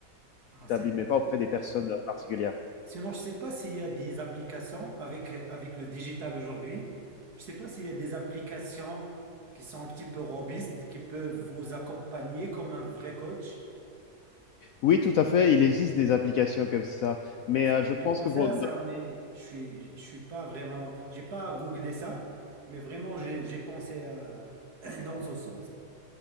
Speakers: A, on the right; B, on the left.
A: Ah,
B: établies,
A: c'est bien.
B: mais pas auprès des personnes particulières.
A: Sinon, je ne sais pas s'il y a des applications avec, avec le digital aujourd'hui. Je ne sais pas s'il y a des applications qui sont un petit peu robustes, qui peuvent vous accompagner comme un vrai coach.
B: Oui, tout à fait. Il existe des applications comme ça. Mais
A: Ah, c'est-
B: euh, je pense
A: J'ai pensé
B: que pour,
A: à ça, mais je suis, je suis pas vraiment, j'ai pas googlé ça, mais vraiment, j'ai, j'ai pensé à- <clears throat> dans ce sens.